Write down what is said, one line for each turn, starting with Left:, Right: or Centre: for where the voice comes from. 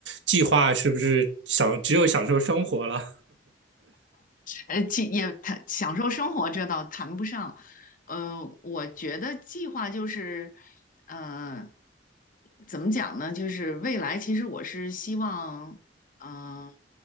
Right: 计划是不是享只有享受生活了？
Left: 呃，其也谈享受生活，这倒谈不上。呃，我觉得计划就是，呃，怎么讲呢？就是未来，其实我是希望，嗯、